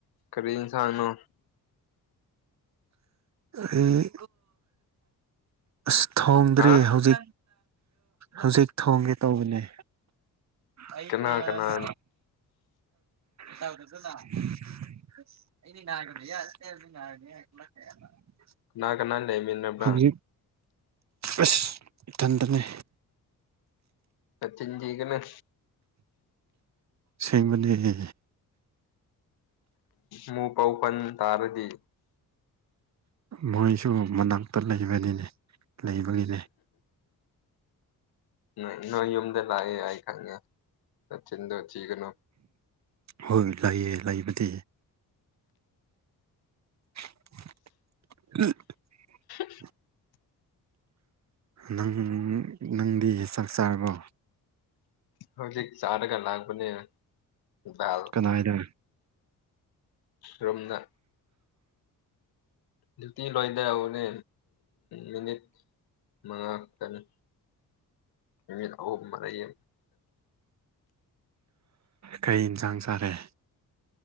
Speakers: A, on the left (about 90°); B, on the right (about 50°).
A: ꯀꯔꯤ ꯏꯟꯁꯥꯡꯅꯣ
B: ꯑꯩ ꯑꯁ ꯊꯣꯡꯗ꯭ꯔꯤ
A: ꯍꯥ
B: ꯍꯧꯖꯤꯛ ꯍꯧꯖꯤꯛ ꯊꯣꯡꯒꯦ ꯇꯧꯕꯅꯦ ꯑꯩ
A: ꯀꯅꯥ
B: ꯀꯌꯅꯥ
A: ꯀꯅꯥ
B: ꯊꯛ <unintelligible> <unintelligible>
A: ꯀꯅꯥ ꯀꯅꯥ ꯂꯩꯃꯤꯟꯕ꯭ꯔ
B: ꯍꯧꯖꯤꯛ ꯑꯁ ꯏꯊꯟꯗꯅꯦ
A: ꯅꯆꯤꯟ ꯊꯤꯒꯅꯨ
B: ꯁꯦꯡꯕꯅꯦ ꯍꯦ
A: ꯃꯨ ꯄꯥꯎ ꯄꯟ ꯇꯥꯔꯗꯤ
B: ꯃꯣꯏꯁꯨ ꯃꯅꯥꯛꯇ ꯂꯩꯕꯅꯤꯅꯦ ꯂꯩꯕꯒꯤꯅꯦ
A: ꯅꯣꯏ ꯅꯣꯏ ꯌꯨꯝꯗ ꯂꯥꯛꯑꯦ ꯑꯩ ꯈꯪꯉꯦ ꯅꯆꯤꯟꯗꯣ ꯊꯤꯒꯅꯨ
B: ꯍꯣꯏ ꯂꯩꯌꯦ ꯂꯩꯕꯗꯤ <inaudible>
A: <inaudible>
B: ꯅꯪ ꯅꯪꯗꯤ ꯆꯥꯛ ꯆꯥꯔꯔꯕꯣ
A: ꯍꯧꯖꯤꯛ ꯆꯥꯔꯒ ꯂꯥꯛꯄꯅꯤ ꯆꯔꯣ
B: ꯀꯅꯥꯏꯗ
A: ꯔꯨꯝꯗ ꯅꯨꯄꯤ ꯂꯣꯏꯅꯧꯅꯦ ꯃꯤꯅꯤꯠ ꯃꯉꯥ ꯈꯛꯇꯅꯤ ꯃꯤꯅꯤꯠ ꯑꯍꯨꯝ ꯃ ꯂꯩꯌꯦ
B: ꯀꯩ ꯏꯟꯁꯥꯡ ꯆꯥꯔꯦ